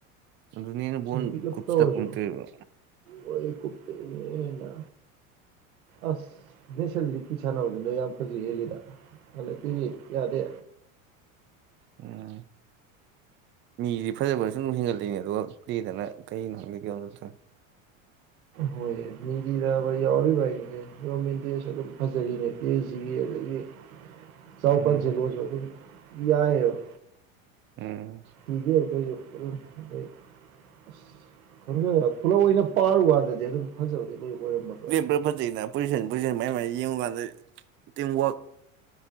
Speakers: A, on the right; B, on the right.
A: ꯑꯗꯨꯅ ꯍꯦꯟꯅ ꯕꯣꯜ
B: ꯃꯤ ꯄꯤꯛꯂꯞ
A: ꯀꯨꯞꯁꯤꯜꯂ
B: ꯇꯧꯔꯁꯨ
A: ꯀꯨꯝꯊꯩꯕ
B: ꯑꯣꯏ ꯀꯅ ꯑꯁ <unintelligible> ꯅꯦꯁꯅꯦ ꯂꯤꯇꯤ ꯁꯥꯟꯅꯕꯗꯨꯅ ꯌꯥꯝ ꯐꯖꯩ ꯍꯦꯜꯂꯤꯗ ꯍꯟꯗꯛꯀꯤꯗꯤ ꯌꯥꯗꯦ
A: ꯎꯝ ꯃꯤꯗꯤ ꯐꯖꯕꯅꯁꯨ ꯑꯗꯨꯝ ꯍꯦꯟꯒꯠꯂꯛꯏꯅꯦ ꯑꯗꯨꯒ ꯂꯤꯗꯅ ꯀꯩꯅꯣ ꯈꯪꯗꯦ ꯀꯩꯅꯣꯝ ꯏꯇꯧ ꯇꯧꯏ
B: ꯍꯣꯏ ꯃꯤꯅꯤꯗꯤꯗ ꯋꯥꯔꯤꯔ ꯄꯥꯏꯦ ꯃꯁ ꯐꯖꯔꯤꯅꯦ ꯀꯦ ꯖꯤ ꯑꯗꯒꯤ ꯆꯥꯎꯄꯥꯟꯁꯦꯂꯣꯏꯁꯨ
A: ꯎꯝ
B: ꯑꯗꯨꯝ ꯌꯥꯏꯑꯕ
A: ꯎꯝ
B: ꯄꯒ ꯑꯗꯨꯗ ꯌꯝ ꯑꯗ <unintelligible> ꯑ ꯈꯪꯖꯩ ꯄꯨꯂꯞ ꯑꯣꯏꯅ ꯄꯥꯔꯨ ꯋꯥꯟꯗꯗꯤ ꯑꯗꯨꯝ ꯐꯖꯕꯗꯤ ꯂꯣꯏ ꯑꯣꯏꯔꯝꯃꯒ꯭ꯔꯥ
A: ꯭ꯔꯚꯖꯤꯅ <unintelligible> ꯄꯣꯖꯤꯁꯟ ꯄꯣꯖꯤꯁꯟ ꯃꯌꯥꯝ ꯃꯌꯥꯝ ꯌꯦꯡꯉꯨ ꯀꯥꯟꯗ ꯇꯤꯝꯋꯛ